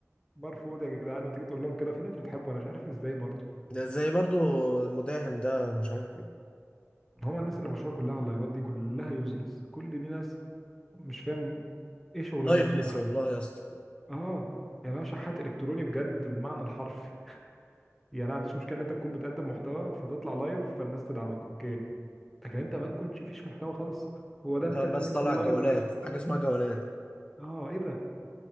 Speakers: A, in the centre; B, on the left.
A: مرفوض يا جدعان وتيجي تقول لهم كده في ناس بتحبه انا مش عارف ازاي برضه
B: ده زي برضو المداهم ده مش عارف ايه
A: هما الناس اللي مشهوره كلها على اللايفات دي كلها يوزلس كل دي ناس مش فاهم ايه شغلانته
B: لايفلس والله يا اسطى
A: <laughs> اه يعني انا شحات الكتروني بجد بالمعنى الحرفي يعني انا ما عنديش مشكله ان انت تكون بتقدم محتوى فتطلع لايف فالناس تدعمك اوكي لكن انت ما تكونش فيش محتوى خالص هو ده
B: انت
A: انت
B: بس
A: انت
B: طالع
A: اللايف
B: جولات حاجه اسمها جولات
A: اه ايه ده